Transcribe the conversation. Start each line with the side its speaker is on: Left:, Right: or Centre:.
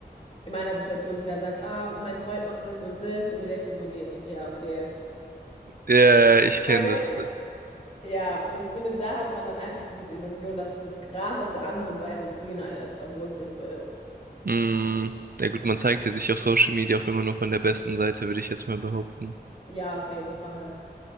Left: in meiner Situation, die dann sagt, ah, mein Freund macht das und das, und die denkst du so wie, ja, okay.
Right: Ja, ich kenne
Left: Meine?
Right: das.
Left: Ja, und ich finde, da hat man dann einfach so diese Illusion, dass das Gras auf der anderen Seite grüner ist, obwohl es nicht so ist.
Right: Mm, ja gut, man zeigt ja sich auf Social Media auch immer nur von der besten Seite, würde ich jetzt mal behaupten.
Left: Ja, auf jeden Fall.